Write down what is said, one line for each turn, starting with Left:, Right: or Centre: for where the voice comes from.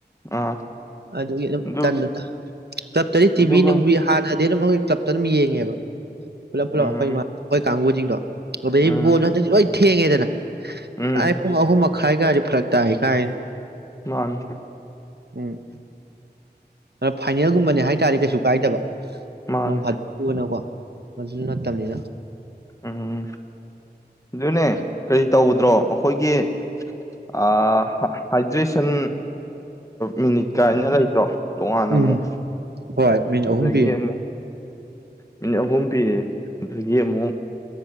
Left: ꯑꯥ
Right: ꯑꯗꯨꯒꯤ ꯑꯗꯨꯝ
Left: ꯑꯗꯨ
Right: ꯇꯟꯕꯗꯣ ꯀ꯭ꯂꯞꯇꯗꯤ ꯇꯤꯕꯤ
Left: ꯑꯗꯨꯒ
Right: ꯅꯨꯡꯕꯤ ꯍꯥꯟꯅ ꯗꯤ ꯑꯗꯨꯝ ꯑꯩꯈꯣꯏ ꯇꯞꯇ ꯑꯗꯨꯝ ꯌꯦꯡꯉꯦꯕ ꯄꯨꯂꯞ ꯄꯨꯂꯣ
Left: ꯎꯝ
Right: ꯍꯣꯏ ꯃꯥ ꯍꯣꯏ ꯀꯥꯡꯕꯨꯖꯤꯡꯗꯣ ꯑꯗꯒꯤ
Left: ꯎꯝ
Right: ꯕꯣꯜꯁꯦ ꯍꯟꯗꯛꯇꯤ ꯂꯣꯢ ꯊꯦꯡꯉꯌꯦꯗꯅ
Left: ꯎꯝ
Right: ꯀꯏ ꯄꯨꯨꯡ ꯑꯍꯨꯃ ꯃꯛ ꯈꯥꯏꯒ ꯀꯥꯏꯁꯨ ꯐꯔꯛ ꯇꯥꯏ ꯀꯥꯏ
Left: ꯃꯥꯅꯤ
Right: ꯎꯝ ꯐꯥꯏꯅꯦꯜꯒꯨꯝꯕꯅꯦ ꯍꯥꯏꯇꯥꯔꯗꯤ ꯀꯩꯁꯨ ꯀꯥꯏꯗꯕ
Left: ꯃꯥꯅꯦ
Right: ꯅꯣꯡ ꯐꯥꯗꯣꯛꯀꯤ ꯑꯣꯢꯅꯀꯣ ꯑꯗꯨꯁꯨ ꯅꯠꯇꯕꯅꯤꯅ
Left: ꯎꯝ ꯑꯗꯨꯅꯦ ꯀꯔꯤ ꯇꯧꯒꯗ꯭ꯔꯣ ꯑꯩꯈꯣꯏꯒꯤ ꯑꯥ ꯍꯥꯏꯗ꯭ꯔꯦꯁꯟ ꯃꯤꯅꯤꯠ ꯀꯥꯏꯅ ꯂꯩꯗ꯭ꯔꯣ ꯇꯣꯉꯥꯟꯅ
Right: ꯎꯝ
Left: ꯑꯃꯨꯛ
Right: ꯍꯣꯏ ꯃꯤꯅꯤꯠ
Left: ꯑꯗꯒꯤ
Right: ꯑꯍꯨꯝ ꯄꯤ
Left: ꯑꯃꯨꯛ ꯃꯤꯅꯤꯠ ꯑꯍꯨꯝ ꯄꯤꯔꯦ ꯑꯗꯒꯤ ꯑꯃꯨꯛ